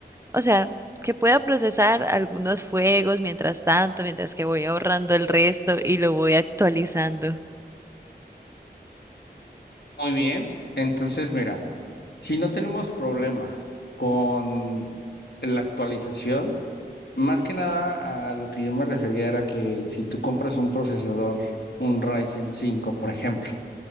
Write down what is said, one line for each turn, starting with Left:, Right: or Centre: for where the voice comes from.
Right: o sea, que pueda procesar algunos fuegos mientras tanto, mientras que voy ahorrando el resto y lo voy actualizando.
Left: Muy bien, entonces mira, si no tenemos problema con la actualización, más que nada a lo que yo me refería era que si tú compras un procesador, un Ryzen cinco por ejemplo,